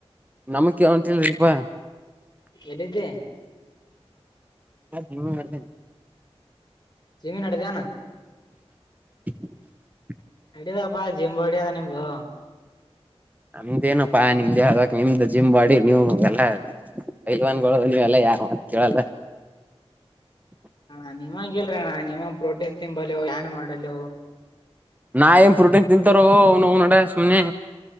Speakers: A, on the right; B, on the left.
A: ನಮಗ್ ಕೇಳ ಹೊಂಟಿಲ್ರಿಪಾ
B: ಎಲ್ಲಿದ್ದೆ
A: ಹ ನೀ ಬರ್ತೇನೆ
B: ಜಮೀನ್ ಅಡ ಜಾನ
A: ಹ್ಮ
B: ನಡ್ಯದಪ್ಪಾ ಜಿಮ್ ಹೊಡ್ಯದ ನಿಮ್ದು
A: ನಮ್ದೇನಪ್ಪಾ ನಿಮ್ದೇ ಹಕ್ ನಿಮ್ದು ಜಿಮ್ ಮಾಡಿ ನೀವು ಎಲ್ಲ ಲ್ವಾನ್ ನೀವೆಲ್ಲ ಯಾಕ ಕೇಳಲ್ಲ
B: ಹ ನೀವ ಹಂಗಲ್ ಅಣ್ಣ ನಿವಂಗ ಪ್ರೋಟೆಸ್ ಸಿಂಬಲ್ ಏನ್ ಮಾಡಲ್
A: ನಾ ಏನ್ ಪ್ರೋಟೀನ್ ತಿಂತಾರ ಅವ ನ ನಡೆ ಸುಮ್ಮನೆ